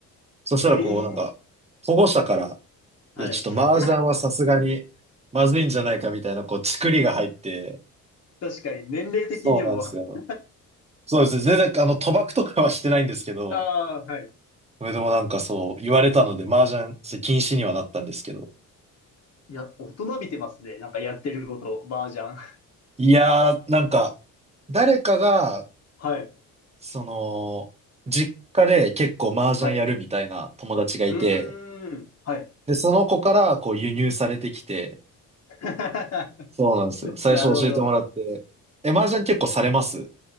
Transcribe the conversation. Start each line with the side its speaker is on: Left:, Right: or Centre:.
Right: そしたらこうなんか、
Left: ええ
Right: 保護者から、
Left: はい。
Right: いや、ちょっと麻雀はさすがにまずいんじゃないかみたいな、
Left: <laughs>
Right: こう、チクリが入って、
Left: 確かに、年齢的にも
Right: そうなんですよ。
Left: <laughs>
Right: そうですね。全然、あの、賭博とかはしてないんですけど、
Left: ああ、はい。
Right: それでもなんかそう、言われたので、麻雀、それ禁止にはなったんですけど。
Left: いや、大人びてますね。なんかやってること、麻雀。
Right: いやー、なんか、誰かが、
Left: はい、
Right: その、実家で結構麻雀やるみたいな友達がいて、
Left: はい。うーん、はい。
Right: で、その子からこう輸入されてきて、
Left: <laughs>
Right: そうなんですよ。最初教えてもらって。
Left: なるほど。
Right: え、麻雀結構されます